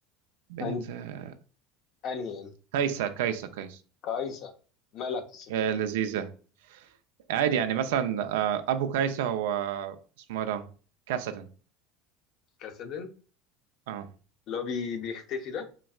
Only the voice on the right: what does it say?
بنت
آه،
كايسا كايسا كايسا
آه لذيذه عادي يعني مثلا آه ابو كايسا هو اسمه إيه ده كاسدن
اه